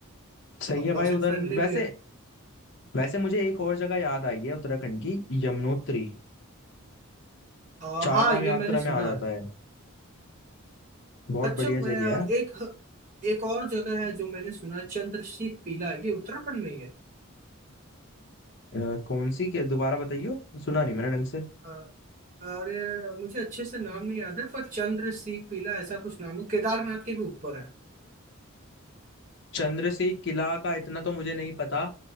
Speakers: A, on the left; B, on the right.
A: सही है
B: बजट
A: भाई उधर
B: फ्रेंडली
A: वैसे
B: भी है
A: वैसे मुझे एक और जगह याद आई है उत्तराखंड की यमुनोत्री
B: आ,
A: चार
B: हाँ
A: धाम
B: ये
A: यात्रा
B: मैंने सुना
A: में आ जाता
B: है
A: है बहुत
B: अच्छा
A: बढ़िया
B: मैं
A: जगह
B: आ,
A: है
B: एक एक और जगह है जो मैंने सुना है चंद्रशीख पीला ये उत्तराखंड में ही है
A: अ, कौन सी के दोबारा बताइयो सुना नहीं मैंने ढंग से
B: आ, अरे मुझे अच्छे से नाम नहीं याद है पर चंद्रशीख पीला ऐसा कुछ नाम है केदारनाथ के भी ऊपर है
A: चंद्रसेन किला का इतना तो मुझे नहीं पता